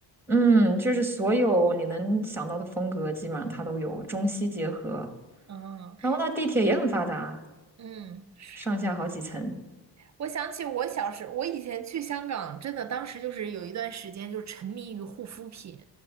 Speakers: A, in the centre; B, on the right.
A: 嗯，就是所有你能想到的风格，基本上它都有，中西结合。
B: 嗯
A: 然后它地铁也很发达，
B: 嗯，是的。
A: 上下好几层。
B: 我想起我小时，我以前去香港，真的当时就是有一段时间就沉迷于护肤品，